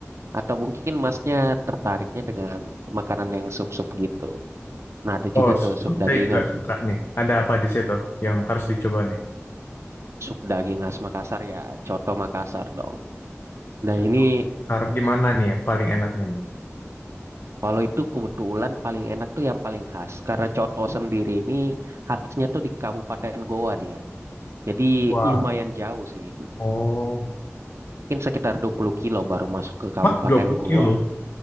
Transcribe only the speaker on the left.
Oh,
susu
saya juga
suka nih. Ada apa di situ yang harus dicoba nih?
Contoh,
harus gimana nih yang paling enaknya nih?
Wah,
oh.
Mah, dua puluh
kilo?